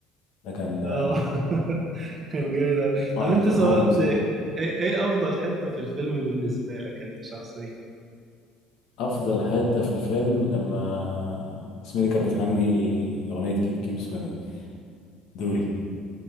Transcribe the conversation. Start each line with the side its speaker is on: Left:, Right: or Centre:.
Left: ده كان
Right: اه <laughs> كان جامد قوي
Left: فاني
Right: طب انت
Left: كان
Right: سمعت
Left: كوميدي بصراحة
Right: ايه ايه افضل حته في الفيلم بالنسبه لك انت شخصيا
Left: أفضل حتة في الفيلم لما سميري كانت بتغني أغنية كيب كيب سويمينج دوري